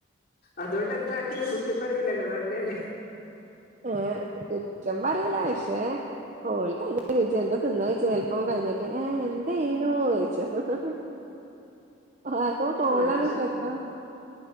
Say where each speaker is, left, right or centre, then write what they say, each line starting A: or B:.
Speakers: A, on the left; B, on the right.
A: അതുകൊണ്ട് എന്താക്ക്യാലും കുറ്റം പറിയില്ലല്ലോ നല്ലെല്ലെ
B: ഏഹ് കുറ്റം പറയല ഷെ ഓൽക് ഐന് <unintelligible> തിന്നോയ്ച്ചാ ചെൽപ്പം കയ്ഞ്ഞ്ട്ട് ആഹ് എന്തേനു ഓയ്ച്ചും <unintelligible> ആര്തോ ഫോൺള്ളാണ്
A: ഓരോരോ
B: ശ്രദ്ധ